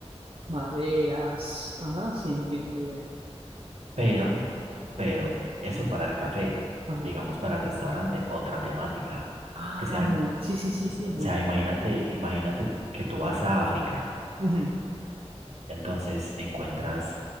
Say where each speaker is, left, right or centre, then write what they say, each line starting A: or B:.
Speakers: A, on the right; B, on the right.
A: Maderas. Ajá, sí, entiendo la idea.
B: Pero, pero, eso para el café,
A: Ajá.
B: digamos para el restaurante, otra temática,
A: Ah,
B: que sean
A: mul- sí, sí, sí,
B: O
A: sí, multi.
B: sea, imagínate, imagínate que tú vas a África,
A: Ujú,
B: entonces encuentras